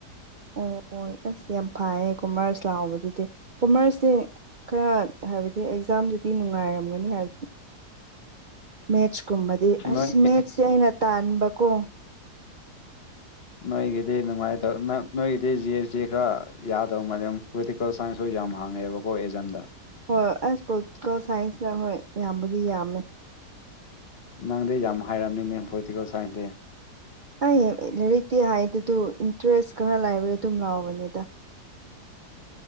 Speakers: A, on the right; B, on the left.
A: ꯑꯣ ꯑꯁ ꯌꯥꯝ ꯐꯥꯏꯌꯦ ꯀꯣꯃꯔꯁ ꯂꯥꯛꯕꯗꯨꯗꯤ ꯀꯣꯃꯔꯁꯁꯦ ꯈꯔ ꯍꯥꯏꯕꯗꯤ ꯑꯦꯛꯖꯥꯝꯗꯨꯗꯤ ꯅꯨꯡꯉꯥꯏꯔꯝꯒꯅꯤ ꯍꯥꯏ ꯃꯦꯠꯆ ꯀꯨꯝꯕꯗꯤ ꯑꯁ
B: ꯅꯣꯏꯒꯤ
A: ꯃꯦꯠꯁꯦ ꯑꯩꯅ ꯇꯥꯟꯕꯀꯣ
B: ꯅꯣꯏꯒꯤꯗꯤ ꯅꯨꯡꯉꯥꯏꯇꯧ ꯅꯣꯏꯒꯤꯗꯤ ꯖꯦ ꯆꯦ ꯈꯔ ꯌꯥꯗꯧ ꯃ ꯑꯗꯨꯝ ꯄꯣꯂꯤꯇꯤꯀꯦꯜ ꯁꯥꯏꯟꯁꯁꯨ ꯌꯥꯝ ꯍꯥꯡꯉꯦꯕꯀꯣ ꯑꯦꯖꯟꯗ
A: ꯍꯣꯏ ꯍꯣꯏ ꯑꯁ ꯄꯣꯂꯤꯇꯤꯀꯦꯜ ꯁꯥꯏꯟꯁꯅ ꯍꯣꯏ ꯌꯥꯝꯕꯨꯗꯤ ꯌꯥꯝꯃꯦ
B: ꯅꯪꯗꯤ ꯌꯥꯝ ꯍꯥꯏꯔꯝꯅꯤꯅꯦ ꯄꯣꯂꯤꯇꯤꯀꯦꯜ ꯁꯥꯏꯟ
A: ꯑꯩ ꯂꯔꯤꯛꯇꯤ ꯍꯥꯏꯗ ꯑꯗꯨ ꯏꯟꯇꯔꯦꯁ ꯈꯔ ꯂꯥꯏꯕꯦ ꯑꯗꯨꯝ ꯂꯥꯎꯕꯅꯦꯗ